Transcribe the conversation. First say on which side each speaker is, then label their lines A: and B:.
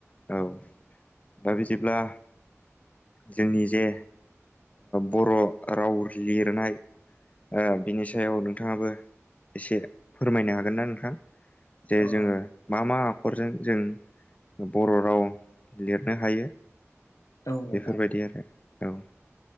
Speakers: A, on the left; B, on the left.
A: औ दा बिदिब्ला जोंनि जे बर' राव लिरनाय बिनि सायाव नोंथाङाबो एसे फोरमायनो हागोन ना नोंथां? जे
B: अ
A: जोङो मा मा आखरजों जों बर' राव लिरनो हायो
B: औ नोंथां
A: बेफोरबायदि आरो औ।